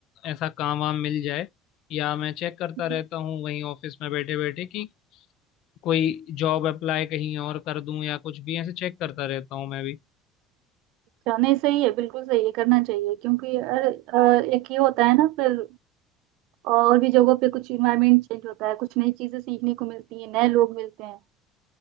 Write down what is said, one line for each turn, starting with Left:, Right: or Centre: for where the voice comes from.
Left: ऐसा काम वाम मिल जाए या मैं चेक करता
Right: हम्म।
Left: रहता हूँ वहीं ऑफिस में बैठे बैठे कि कोई जॉब अप्लाई कहीं और कर दूं या कुछ भी ऐसे चेक करता रहता हूँ मैं भी
Right: अच्छा, नहीं सही है बिल्कुल सही है करना चाहिए क्योंकि अरे, अ, एक ये होता है ना फिर और भी जगहों पे कुछ इन्वायरमेंट चेंज होता है कुछ नई चीजें सीखने को मिलती है नए लोग मिलते हैं